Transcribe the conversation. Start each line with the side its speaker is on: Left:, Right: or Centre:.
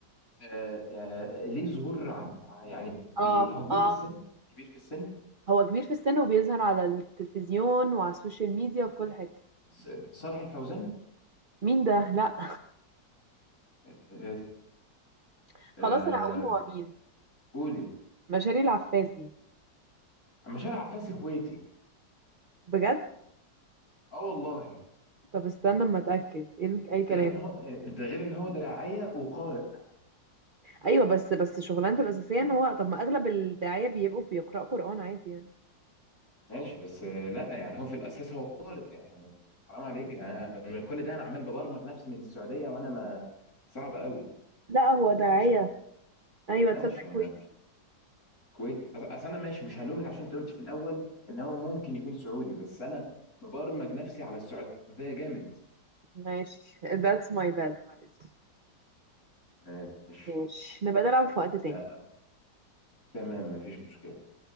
Left: آه، آه، ليه ظهور ع- ع- يعني بي
Right: اه
Left: هو كبير
Right: اه
Left: في السن كبير في السن
Right: هو كبير في السن وبيظهر على التلفزيون وعلى السوشيال ميديا وفي كل حتة
Left: ص- صالح الفوزان
Right: مين ده لا
Left: آه،
Right: <laughs>
Left: آه،
Right: خلاص أنا هقول هو مين
Left: قولي
Right: مشاري العفاسي
Left: أما شارع عباس كويتي
Right: بجد
Left: اه والله
Right: طب استنى اما اتاكد ايه ال- اي كلام
Left: غير ان هو ده غير ان هو داعية وقارئ
Right: ايوه بس بس شغلانته الاساسيه ان هو طب ما اغلب الداعيه بيبقوا بيقرأوا قرآن عادي يعني
Left: ماشي بس آه، لا يعني هو في الأساس هو قارئ يعني حرام عليك أنا- أنا- كل ده انا عمال ببرمج نفسي من السعودية وانا ما صعب قوي
Right: لا هو داعية
Left: مش عارف.
Right: ايوه
Left: ماشي
Right: تصدق كويتي
Left: كويتي أص- اصل انا ماشي مش هلومك عشان انت قلت في الاول ان هو ممكن يكون سعودي بس انا مبرمج نفسي على السعوديه جامد
Right: ماشي that's my bad معلش
Left: ماشي
Right: ماشي نبقى نلعب في وقت تاني
Left: ف- تمام مفيش مشكله